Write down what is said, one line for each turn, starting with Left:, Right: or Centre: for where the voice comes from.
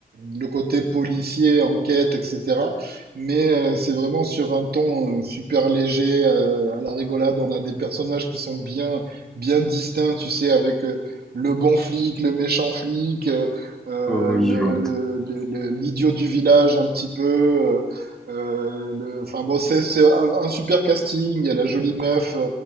Right: le côté policier, enquête, etc. Mais euh, c'est vraiment sur un ton euh, super léger, euh, à la rigolade. On a des personnages qui sont bien, bien distincts, tu sais, avec euh, le bon flic, le méchant flic, euh, euh,
Centre: Euh, oui,
Right: le,
Centre: je vois.
Right: le, le- le- l'idiot du village un petit peu. euh, euh, le, enfin bon, c'est c'est un, un super casting. Il y a la jolie meuf